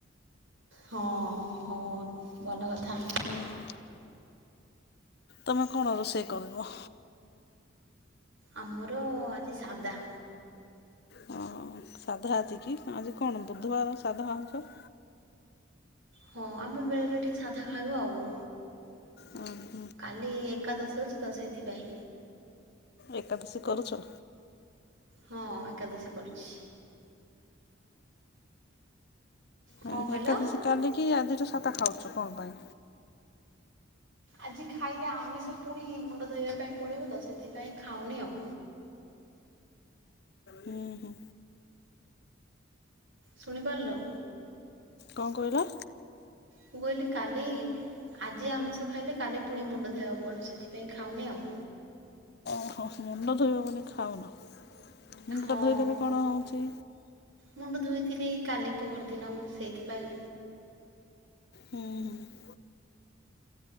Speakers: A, on the right (about 75°); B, on the left (about 55°).
A: ହଁ ହଁ ଭଲ କଥା।
B: ହଁ ତମେ କଣ ରୋଷେଇ କରିବ
A: ଆମର ଆଜି ସାଦା।
B: ହଁ ସାଧା ଆଜି କି ଆଜି କଣ ବୁଧବାର ସାଧା ହାଉଚ?
A: ହଁ ଆମେ ବେଳେ ବେଳେ ଟିକେ ସାଧା ଖାଇବ ଆଉ।
B: ଅ
A: କାଲି ଏକାଦଶୀ ଅଛି ତ ସେଥିପାଇଁ।
B: ଏକାଦଶୀ କରୁଚ?
A: ହଁ ଏକାଦଶୀ କରୁଛି। କଣ
B: ଏ
A: କହିଲ?
B: ଏକାଦଶୀ କାଲିିକି ଆଜିଠୁ ସାତା ଖାଉଚୁ କଣ ପାଇଁ?
A: ଆଜି ଖାଇଲେ ଆମମି ଫୁଣି ମୁଣ୍ଡ ଧୋଇବା ପାଇଁ ପଡିବ ତ ସେଥିପାଇଁ ଖାଉନି ଆଉ।
B: ହୁଁ ହୁଁ।
A: ଶୁଣି ପାରିଲ?
B: କଣ କହିଲ?
A: ମୁଁ କହିଲି କାଲି ଆଜି ଆମିଷ ଖାଇଲେ କାଲି ଫୁଣି ମୁଣ୍ଡ ଧୋଇବାକୁ ପଡ଼ୁ ସେଥିପାଇଁ ଖାଉନି ଆଉ।
B: ହଁ ମୁଣ୍ଡ ଧୋଇବ ବୋଲି ଖାଉନ ମୁଣ୍ଡଟା
A: ହଁ
B: ଧୋଇଦେଲେ କଣ ହୋଉଚି।
A: ମୁଣ୍ଡ ଧୋଇଥିଲି କାଲି ପହରଦିନ ସେଇଥିପାଇଁ
B: ହୁଁ ହୁଁ।